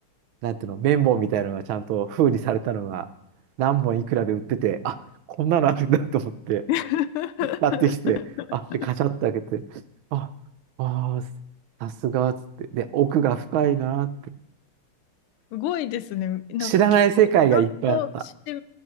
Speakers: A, on the right (about 75°); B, on the left (about 90°).
A: なんていうの、綿棒みたいなのがちゃんと封にされたのが、何本いくらで売ってて、あ、こんなのあるんだと思って、
B: <laughs>
A: 買ってきて、あ、で、カチャって開けて、あ、あー、さすがっつって、で、奥が深いなーって。
B: すごいですね。なんか結構ちゃんとして、
A: 知らない世界がいっぱいあった。